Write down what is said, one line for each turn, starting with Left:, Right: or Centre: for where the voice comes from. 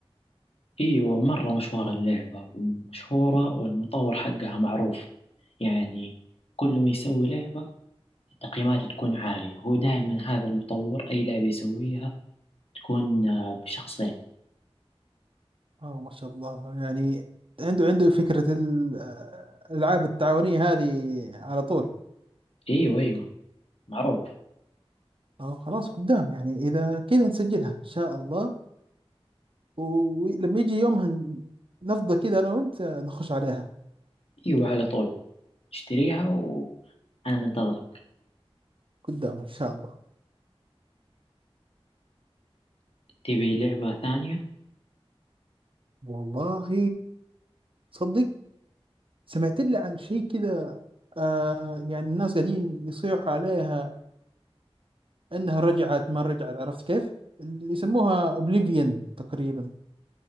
Left: ايوه مرة مشهورة اللعبة ومشهورة والمطور حقها معروف يعني كل ما يسوي لعبة التقييمات تكون عالية هو دائما هذا المطور اي لعبة يسويها تكون آه، بشخصين
Right: اه ما شاء الله يعني عنده عنده فكرة ال- الألعاب التعاونية هذه على طول
Left: ايوه ايوه معروف
Right: اه خلاص قدام يعني إذا كذا نسجلها إن شاء الله ولما يجي يومها ن- نفضى كذا أنا وأنت نخش عليها
Left: ايوه على طول اشتريها وانا منتظرك
Right: قدام إن شاء الله
Left: تبي لعبة ثانية
Right: والله صدق سمعت لي عن شيء كذا آه يعني الناس قاعدين يصيحوا عليها انها رجعت ما رجعت عرفت كيف اللي يسموها اوبليفيون تقريبا